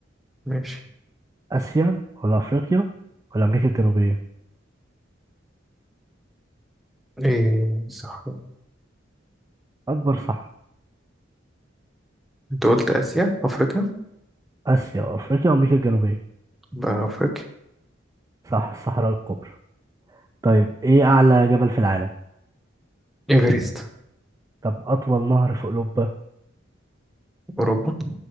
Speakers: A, in the centre; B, on the right (about 15°).
A: ماشي
B: آسيا ولا أفريقيا ولا أمريكا الجنوبية
A: إيه صحراء
B: أكبر صح
A: أنت قلت آسيا أفريقيا
B: آسيا وأفريقيا وأمريكا الجنوبية
A: بقى أفريقيا
B: صح الصحراء الكبرى طيب إيه أعلى جبل في العالم
A: إيفرست
B: طب أطول نهر في أوروبا
A: أوروبا